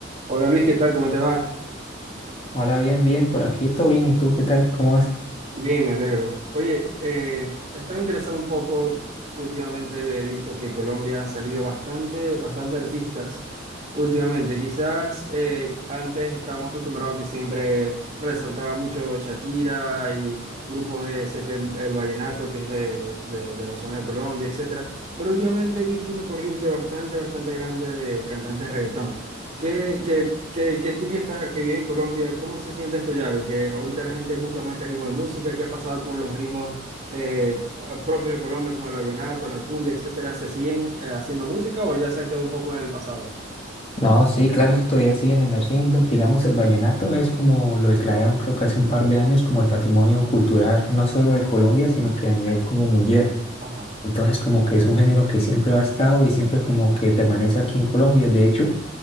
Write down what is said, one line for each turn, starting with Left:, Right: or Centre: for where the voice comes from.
Right: Hola Luis, ¿qué tal? ¿Cómo te va?
Left: Hola, bien, bien, por aquí todo bien. ¿Y tú qué tal? ¿Cómo vas?
Right: Bien, me alegro. Oye, eh, estaba interesado un poco, eh, últimamente he visto que Colombia ha salido bastante, bastante artistas últimamente. Quizás eh, antes estábamos acostumbrados que siempre resaltaba mucho Shakira y grupos de, sé que el, el vallenato que es de, de- de la zona de Colombia, etcétera. Pero últimamente he visto una corriente bastante, bastante grande de cantantes reggaetón. Que, que, que, que tú que, estás, que vives en Colombia, ¿cómo se siente esto ya? De Que ahorita la gente busca más este ritmo de música, ¿qué ha pasado con los ritmos eh, a- propios de Colombia, como el vallenato, la cumbia, etcétera? ¿Se siguen eh, haciendo música o ya se han quedado un poco en el pasado?
Left: No, sí, claro, eso todavía siguen emergiendo. Digamos, el vallenato es como lo declararon creo que hace un par de años como el patrimonio cultural no solo de Colombia, sino que a nivel como mundial.
Right: Ajá.
Left: Entonces, como que es un género que siempre ha estado y siempre como que permanece aquí en Colombia. De hecho,